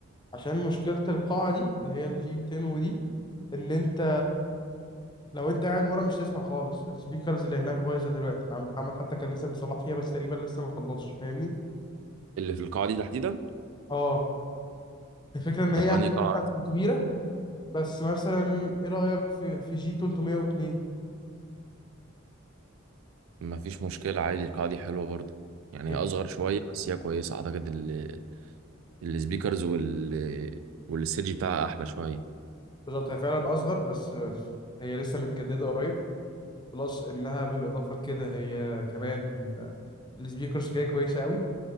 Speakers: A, on the left (about 20°); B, on the right (about 80°).
A: عشان مشكلة القاعة دي اللي هي الجي 200 ودي ان انت لو انت قاعد ورا مش تسمع خالص السبيكرز اللي هناك بايظه دلوقتي عم محمد حتى كان لسه بيصلح فيها بس تقريبا لسه ما خلصش فاهمني
B: اللي في القاعة دي تحديدا
A: اه الفكره ان
B: طب
A: هي
B: أنهي قاعة
A: كبيره بس مثلا ايه رايك في في جي 302
B: مفيش مشكلة عادي القاعة دي حلوة برضه يعني
A: هي
B: هي أصغر شوية بس هي كويسة أعتقد ال... السبيكرز وال والستيج بتاعها أحلى شوية
A: بالظبط هي فعلا اصغر بس هي لسه متجدده قريب بلس انها بالاضافه لكده هي كمان السبيكرز فيها كويسه قوي